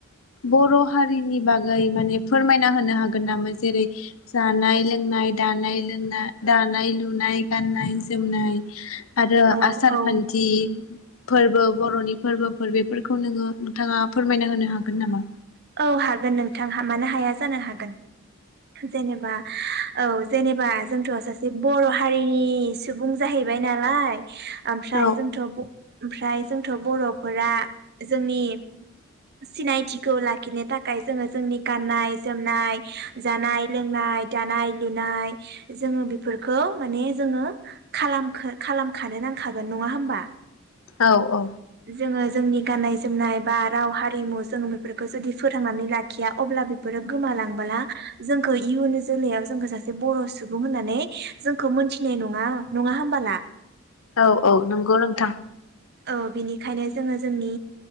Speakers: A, on the left; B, on the right.
A: बर' हारिनि बागै माने फोरमायना होनो हागोन नामा जेरै जानाय लोंनाय दानाय लुना दानाय लुनाय गाननाय जोमनाय। आरो
B: औ
A: आसार
B: औ
A: खान्थि फोरबो बर'नि फोरबोफोर बेफोरखौ नोङो नोंथाङा फोरमायना होनो हागोन नामा?
B: औ हागोन नोंथां मानो हाया जानो हागोन जेनेबा औ जेनेबा जोंथ' सासे बर' हारिनि सुबुं जाहैबाय नालाय। ओमफ्राय
A: औ
B: जोंथ' ब ओमफ्राय जोंथ' बर'फोरा जोंनि सिनायथिखौ लाखिनो थाखाय जोङो जोंनि गाननाय जोमनाय जानाय लोंनाय दानाय लुनाय जोङो बेफोरखौ माने जोङो खालाम खालामखानो नांखागोन नङा होमबा।
A: औ औ
B: जोङो जोंनि गाननाय जोमनाय बा राव हारिमु जों बेफोरखौ जुदि फोथांनानै लाखिया अब्ला बेफोरो गोमालांबोला जोंखौ इयुन जोलैायाव जोंखौ सासे बर' सुबुं होननानै जोंखौ मोनथिनाय नङा नङा होमबोला।
A: औ औ नंगौ नोंथां।
B: औ बिनि बेखायनो जोङो जोंनि